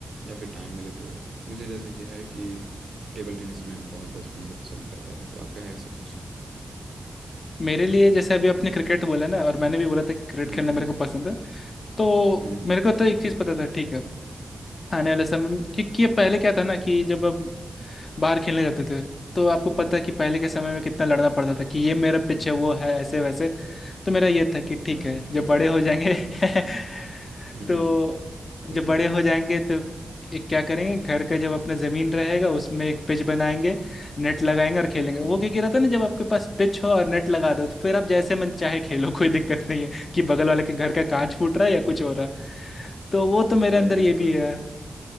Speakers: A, on the right (about 80°); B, on the left (about 50°).
A: या फिर टाइम मिले तो मुझे जैसे कि है कि टेबल टेनिस मैं बहुत बचपन से पसंद करता था तो आपका है ऐसा कुछ
B: मेरे लिए जैसे अभी आपने क्रिकेट बोला ना और मैंने भी बोला था कि क्रिकेट
A: हम्म
B: खेलना मेरे को पसंद है तो
A: हम्म हम्म,
B: मेरे को तो एक चीज़ पता था ठीक है आने वाले समय में- क्योंकि
A: जी
B: ये पहले क्या था ना कि जब अब बाहर खेलने जाते थे तो आपको पता है कि पहले के समय में कितना लड़ना पड़ता था कि ये मेरा पिच है वो है ऐसे वैसे तो मेरा ये था कि ठीक
A: यार
B: है जब
A: वो तो
B: बड़े
A: याद
B: हो
A: ही
B: जाएंगे
A: है
B: <laughs>
A: हम्म,
B: तो जब
A: वही
B: बड़े
A: है।
B: हो जाएंगे तो एक क्या करेंगे घर का जब अपना ज़मीन रहेगा उसमें एक पिच बनाएंगे नेट लगाएंगे और खेलेंगे वो
A: हम्म,
B: क्या कह रहा था ना जब आपके पास पिच हो और नेट लगा दो तो फिर आप जैसे मन चाहे खेलो कोई दिक्कत नहीं है कि बगल वाले के घर का कांच फूट रहा है या कुछ हो रहा है तो वो तो मेरे
A: वही
B: अंदर
A: है।
B: ये भी
A: ब-
B: है